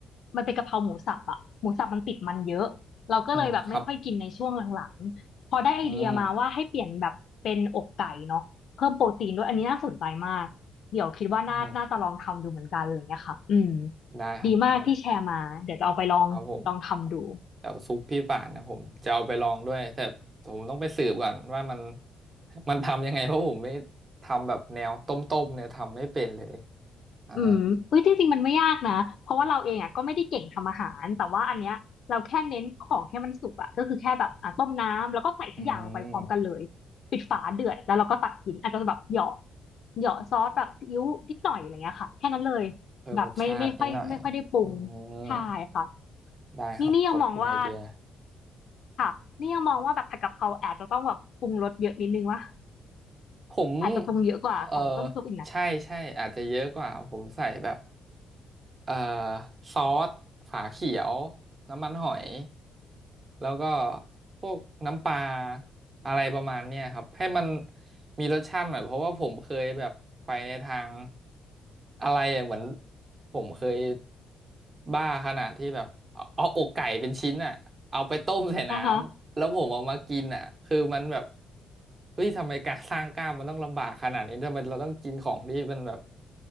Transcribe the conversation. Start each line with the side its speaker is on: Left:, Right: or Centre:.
Left: มันเป็นกะเพราหมูสับอ่ะหมูสับมันติดมันเยอะเราก็เลยแบบไม่ค่อยกินในช่วงหลังๆพอได้ไอเดียมาว่าให้เปลี่ยนแบบเป็นอกไก่เนาะเพิ่มโปรตีนด้วยอันนี้น่าสนใจมากเดี๋ยวคิดว่าน่าน่าจะลองทำดูเหมือนกันอะไรอย่างเงี้ยค่ะอืม
Right: อืมครับอืมอืมได้ครับเดี๋ยว
Left: ดีมากที่แชร์มาเดี๋ยวจะเอาไปลองลองทำดู
Right: ครับผมเดี๋ยวซุปพี่ป่านนะผมจะเอาไปลองด้วยแต่ผมต้องไปสืบก่อนว่ามัน <laughs> มันทำยังไงเพราะผมไม่ทำแบบแนวต้มๆเนี่ยทำไม่เป็นเลยอ่า
Left: อืมอุ้ยจริงๆมันไม่ยากนะ เพราะว่าเราเองอ่ะก็ไม่ได้เก่งทำอาหาร แต่ว่าอันเนี้ยเราแค่เน้นของให้มันสุกอ่ะก็คือแค่แบบอ่ะต้มน้ำแล้วก็ใส่ทุกอย่างลงไปพร้อมกันเลยปิดฝาเดือดแล้วเราก็ตักกินอาจจะแบบเหยาะ
Right: อืม
Left: เหยาะซอสแบบซีอิ๊วนิดหน่อยอะไรเงี้ยค่ะแค่นั้นเลย
Right: เพิ่มรสชาตินิดหน่อย
Left: แบบไม่ไม่ค่อยไม่ค่อยได้ปรุง
Right: อืม
Left: ใช่ค่ะ
Right: ได้ครับขอบคุณไอเดีย
Left: นี่นี่ยังมองว่าค่ะนี่ยังมองว่าแบบผัดกะเพราอาจจะต้องแบบปรุงรสเยอะนิดนึงวะ
Right: ผม
Left: อาจจะปรุงเยอะกว่าของต้มซุปอีกนะ
Right: เออใช่ใช่อาจจะเยอะกว่าผมใส่แบบ เอ่อซอสฝาเขียวน้ำมันหอยแล้วก็พวกน้ำปลาอะไรประมาณเนี้ยครับให้มันมีรสชาติหน่อยเพราะว่าผมเคยแบบไปในทางอะไรอะเหมือนผมเคยบ้าขนาดที่แบบเอาเอาอกไก่เป็นชิ้นอ่ะเอาไปต้มใส่น้ำแล้วผมเอามากินอ่ะคือมันแบบ
Left: อ่าฮะ
Right: เฮ้ยทำไมการสร้างกล้ามมันต้องลำบากขนาดนี้ทำไมเราต้องกินของที่มันแบบ